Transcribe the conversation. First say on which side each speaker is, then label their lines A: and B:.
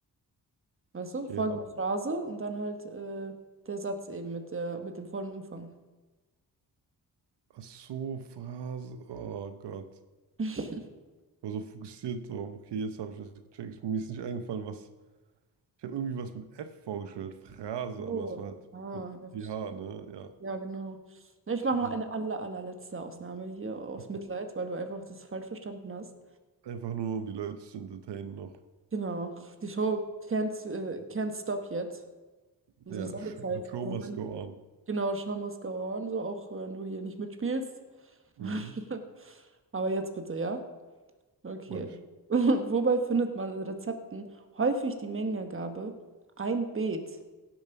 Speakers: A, on the right; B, on the right.
A: Weißt du?
B: Okay,
A: Folgende
B: aber,
A: Phrase und dann halt äh, der Satz eben mit der, mit dem vollen Umfang.
B: ach so, Phrase, oh Gott.
A: <laughs>
B: Ich war so fokussiert drauf. Okay, jetzt habe ich das gecheckt. Mir ist nicht eingefallen, was Ich habe irgendwie was mit F vorgestellt, Phrase,
A: Oh.
B: aber es war halt
A: Ah,
B: mit
A: ja, verstehe.
B: PH, ne? Ja.
A: Ja, genau. Na, ich
B: Ich
A: mache
B: habe
A: noch
B: mir
A: eine aller, allerletzte Ausnahme hier aus
B: okay.
A: Mitleid, weil du einfach das falsch verstanden hast.
B: einfach nur, um die Leute zu entertainen, noch.
A: Genau. Die Show Can't, äh, Can't Stop Yet. Unsere
B: Ja,
A: Sendezeit.
B: sh- the show
A: Unsere
B: must
A: Sendezeit.
B: go on.
A: Genau, Show must go on, so auch wenn du hier nicht mitspielst.
B: Mhm.
A: <laughs> Aber jetzt bitte, ja? Okay.
B: Mach ich.
A: <laughs> Wobei findet man in Rezepten häufig die Mengenangabe ein Beet,